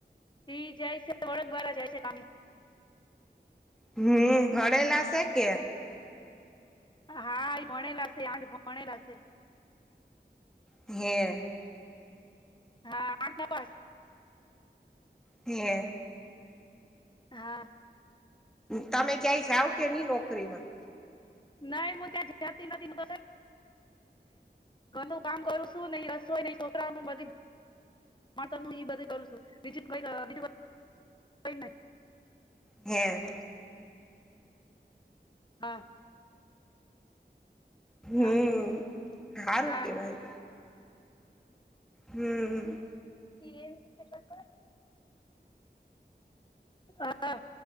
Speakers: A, on the left (about 25°); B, in the centre.
A: ઈ જાય છે વળદવારા જાય છે કામે
B: હમ્મ ભણેલા છેે કે.
A: હા એ ભણેલા શે આઠ ભણેલા શે
B: હે.
A: હા આઠ નપાસ.
B: હે
A: હા
B: તમે ક્યાંય જાવ કે ની નોકરી માં.
A: નાઈ મુજે જતી નથી <unintelligible> ઘેર નુ કામ કરું શું ઈ હ. સોઇની છોકરા નુ બધી. હ તું બધું કરું છું વિજત ભાઈ.
B: હે.
A: હા.
B: હમ
A: હા
B: સારું
A: હા
B: કેવાય. હમ.
A: એ. <unintelligible> હા